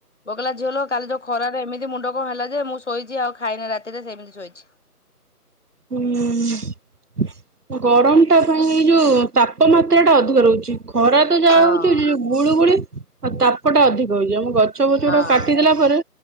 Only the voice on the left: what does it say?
ବୋଉ କହିଲା ଝିଅ ଲୋ କାଲି ଯୋଉ ଖରାରେ ଏମିତି ମୁଣ୍ଡ କଣ ହେଲା ଯେ ମୁଁ ଶୋଇଛି ଆଉ ଖାଇନା ରାତିରେ ସେମିତି ଶୋଇଛି।
ହଁ
ହଁ।